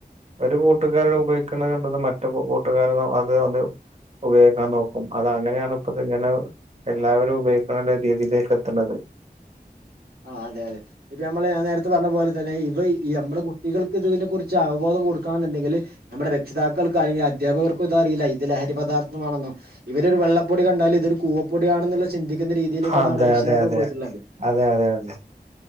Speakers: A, on the right; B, on the right.
A: ഒരു കൂട്ടുകാര ഉപയോഗിക്കുന്നത് കണ്ടത് മറ്റ കൂട്ടുകാര അത് ഉപയോഗിക്കാൻ നോക്കും അത അങ്ങനെയാണ് ഇപ്പത്തെ ചെല എല്ലാവരും ഉപയോഗിക്കണ രീതിയിലേക്ക് എത്തണത്
B: ആഹ് അതെ അതെ ഇപ്പ നമ്മള് ഞാ നേരത്തെ പറഞ്ഞ പോലെ തന്നെ ഇവ ഈ നമ്മുടെ കുട്ടികൾക്ക് ഇതിനെ കുറിച്ച് അവബോധം കൊടുക്കുകാ എന്നുണ്ടെങ്കില് നമ്മുടെ രക്ഷിതാക്കൾക്കും അല്ലെങ്കിൽ അധ്യാപകർക്കും ഇത അറിയില്ല ഇത് ലഹരി പദാർത്ഥംമാണെന്നോ ഇവര് ഒരു വെള്ള പൊടി കണ്ടാലും ഇതൊരു കൂവ പൊടിയണെന്നുള്ള ചിന്തിക്കുന്ന രീതിയിലേക്കാണ്
A: അതെ
B: നമ്മുടെ രക്ഷിതാക്ക
A: അതെ അതെ
B: പോയിട്ടുള്ളത്
A: അതെ അതെ അതെ